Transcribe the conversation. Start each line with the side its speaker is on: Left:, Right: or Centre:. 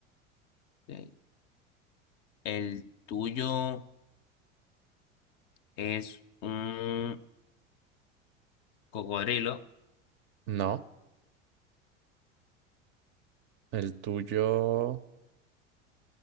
Left: ok. ¿El tuyo es un cocodrilo?
Right: No. El tuyo,